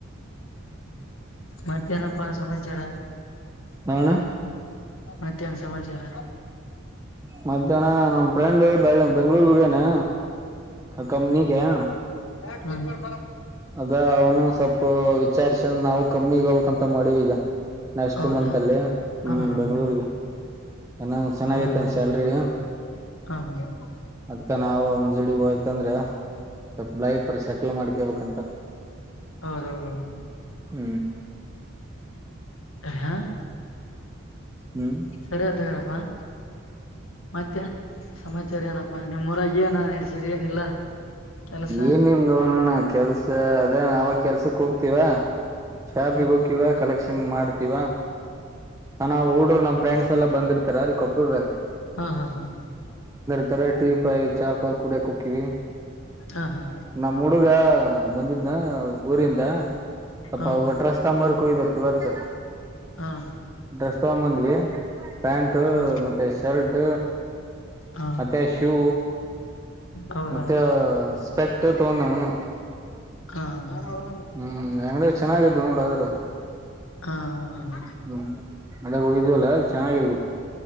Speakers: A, on the left (about 80°); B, on the right (about 15°).
A: ಮತ್ತೆ ಮನಪ್ಪಾ ಸಮಾಚಾರ
B: ಹಾ
A: ಮತ್ತಹ್ನ ಸಮಾಚಾರ
B: ಮತ್ತ್ಯಾಹಣ ನಮ ಫ್ರೆಂಡ್ ಬೆಂಗ್ಗಳೂರ್ಗೇನೆ ಕಂನ ಕಣ
A: ಯ
B: ಅದ ಅವನು ಸ್ವಲ್ಪ ವಿಚಾರ್ಸ ನಾವು ಕಮ್ಮಿಗ್ ಹೋಗ್ಬೇಕಕ್ಂತ ಮಾಡೀವ ಈಗ ನೆಕ್ಸ್ಟ್
A: ಹೌದಾ
B: ಮಂತ್ ಅಲ್ಲಿ ಹ್ಮ್
A: ಹಾ ಹಾ
B: ಬೆಂಗ್ಗಳೂರ್ಗೆ
A: ಹಾ
B: ನ ಚೆನ್ನಾಗೈತೆ
A: ಹೌದೌದು
B: ಶಲ್ರಿ
A: ಹಾ ಹಾ
B: ಅದ್ಕ ನಾವು ಅಂಜಳಿಗೆ ಹೋಯ್ತಂದ್ರೆ ಸ್ಲ್ ಲೈಫರ್ ಸೆಟ್ಲ್ ಮಾಡ್ಕೇಳ್ಬೇಕಂತ
A: ಹೌದೌದೌದೌ
B: ಹ್ಮ್
A: ಹ
B: ಹ್ಮ್
A: ಸರಿತಾರ ಹಾಹ ಮತ್ತೆ ಸಮಾಚಾರ ಏನಪ್ಪ ನಿಮ್ಮ್ರಾಗ ಏನ ನಡ್ಸೀರಿ ಏನಿಲ್ಲ ಕೆಲಸ
B: ಏನ್ ನಿಮ್ದ ನೋಣ ಕೆಲ್ಸ ಅದೇ ಅವಾಗ ಕೆಲ್ಸಕ್ ಹೋಗ್ತಿವ ಶಾಪಿಗೆ
A: ಹ್ಮ್
B: ಹೋಗಕೀವ ಕಲೆಕ್ಷನ್ ಮಾಡ್ತೀವಾ ಸಣ ಹಊಡ್ರು ನಮ್ ಡ್ಸ್ ಎಲ್ಲ ಬಂದಿರ್ತಾರ ಅಲ್ಲಿ ಕೊಪ್ಪದಾಗ
A: ಹಾ ಹಾ ಹಾ
B: ಈ ತರ ಟೀ ಪಾಯಿ ಚಾಪಾ ಕುೂಡಕ್ ಕುಕ್ಕವಿ
A: ಹಾ ಹಾ
B: ನಮ್ಮ್ ಹುಡುಗ ಬಂದಿದ್ನ ಊರಿಂದ ಸ್ವಪ
A: ಹಾ ಹಾ
B: ಅವಗಡ್ರಸ್ತಾಂಬಕು ಇದಪ್ಪ ಇವತ್ತು
A: ಹಾ
B: ಡ್ರೆಸ್ ತಗೊಂಬಂದ್ವಿ ಪ್ಯಾಂಟ್
A: ಹಾ
B: ಮತ್ತೆ ಶರ್ಟ್
A: ಹಾ
B: ಮತ್ತೆ ಶೂ
A: ಹೌದಾ
B: ಮತ್ತೆ ಸ್ಪೆಟ್ ತಗೊಂಡ ಅವನು
A: ಹಾ
B: ಹ್ಮ್ ಅಂಗಡ ಚೆನ್ನಾಗಿದ್ದು ನೋಡಾದ್ರೂ ಅಲ್ಲಿ
A: ಹಾ ಹ
B: ಹ್ಮ್ ಮಡಗೆ ಹೋಯ್ವಲ್ಲ ಚೆನ್ನಾಗಿದ್ವು